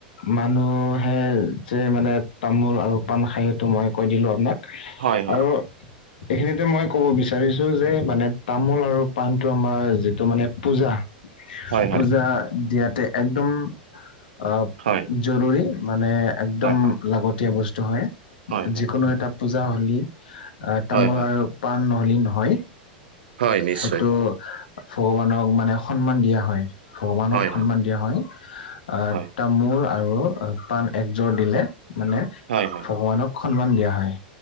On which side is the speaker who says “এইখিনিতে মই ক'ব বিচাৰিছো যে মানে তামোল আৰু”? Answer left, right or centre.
Left